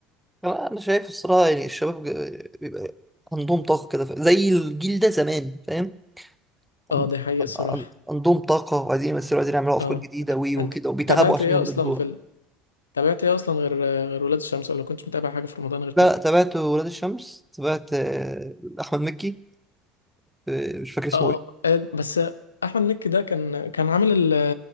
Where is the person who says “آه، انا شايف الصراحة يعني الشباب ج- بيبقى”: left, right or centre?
Centre